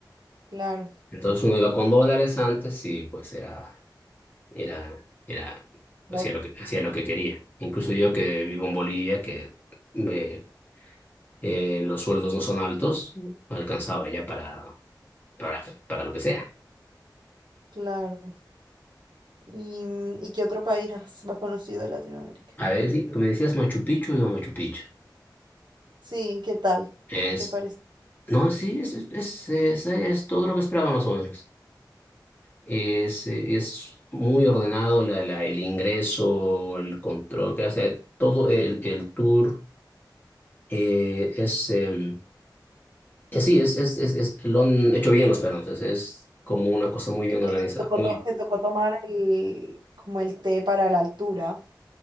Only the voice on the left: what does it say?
Entonces uno iba con dólares antes y pues era, era, era,
hacía lo que, hacía lo que quería. Incluso yo que vivo en Bolivia, que me- eh, los sueldos no son altos, alcanzaba ya para, para, para lo que sea.
A ver, sí si me decías Machu Picchu, no Machu Picchu.
Es,
no, sí, es, es, es, es- es todo lo que esperaba más o menos. Es, eh, es muy ordenado la, la, el ingreso, el control, que hace todo el, el tour. eh, es, em, eh, sí, es, es, es, es- lo han hecho bien los peruanos. Es, es como una cosa muy
bien
organizada.
Muy,